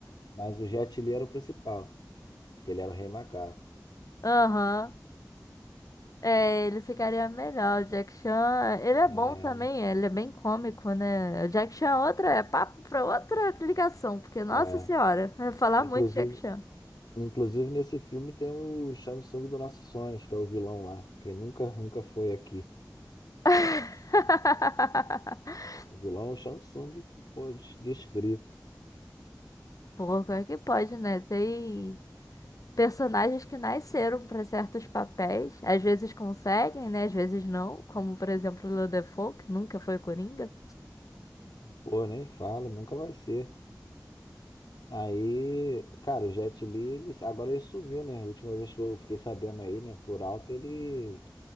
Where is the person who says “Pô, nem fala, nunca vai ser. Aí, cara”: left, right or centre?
Left